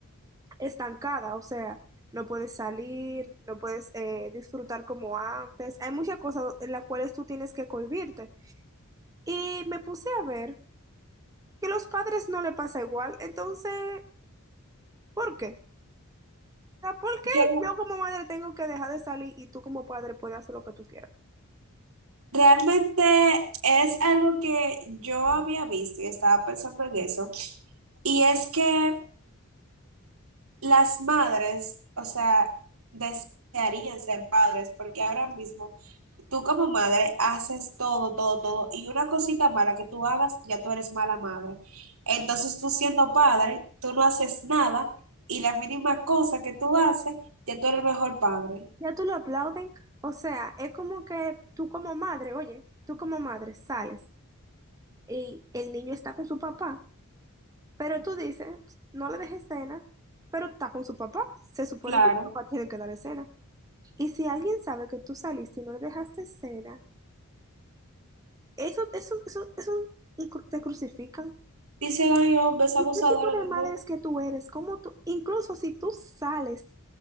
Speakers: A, on the right (about 15°); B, on the right (about 70°).
A: estancada, o sea, no puedes salir, no puedes eh, disfrutar como antes. Hay muchas cosas en las cuales tú tienes que cohibirte. Y me puse a ver que los padres no le pasa igual, entonces, ¿por qué? O sea, ¿por qué
B: Yo
A: yo como madre tengo que dejar de salir y tú como padre puedes hacer lo que tú quieras?
B: realmente es algo que yo había visto y estaba pensando en eso. Y es que las madres, o sea, desearían ser padres, porque ahora mismo tú como madre haces todo, todo, todo. Y una cosita mala que tú hagas, ya tú eres mala madre. Entonces tú siendo padre, tú no haces nada y la mínima cosa que tú haces, ya tú eres el mejor padre.
A: Ya tú lo aplauden, o sea, es como que tú como madre, oye, tú como madre sales y el niño está con su papá, pero tú dices, no le dejes cena, pero está con su papá, se supone
B: Claro.
A: que su papá tiene que darle cena. Y si alguien sabe que tú saliste y no le dejaste cena, eso, eso, eso, eso cru- te crucifican.
B: Dicen, ay, hombres
A: ¿Y
B: abusadores
A: qué tipo de
B: de
A: madre
B: mujeres.
A: es que tú eres? ¿Cómo tú, incluso si tú sales